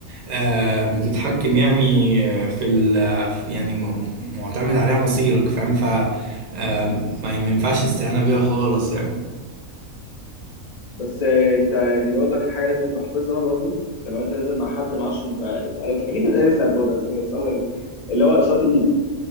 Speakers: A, on the right; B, on the left.
A: آه، بتتحكم يعني آه، في ال آه، في- يعني م- معتمد عليها مصيرك فاهم ف آه، ما ما ينفعش استهانة بيها خالص يعني
B: بس آه، انت يعني برضك الحاجه لازم تبقى حافظها برضه عشان لو انت نازل مع حد ما اعرفش انت اتقالت اكيد اتقالت لك برضه بس سؤال غريب. اللي هو اشاره الايد